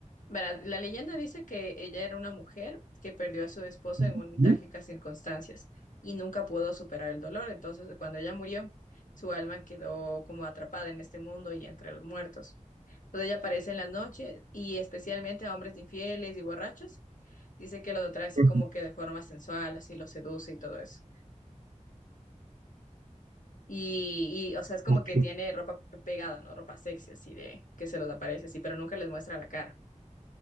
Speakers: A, on the left; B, on the right.
A: Verá, la leyenda dice que ella era una mujer que perdió a su esposo en
B: Ujú,
A: un- trágicas circunstancias y nunca pudo superar el dolor. Entonces, cuando ella murió, su alma quedó como atrapada en este mundo y entre los muertos. Entonces, ella aparece en la noche y especialmente a hombres infieles y borrachos. Dice que los atrae así
B: ujú,
A: como que de forma sensual, así los seduce y todo eso. Y, y, o sea, es como
B: Ok,
A: que tiene ropa pegada, ¿no? Ropa sexy, así de que se los aparece así, pero nunca les muestra la cara.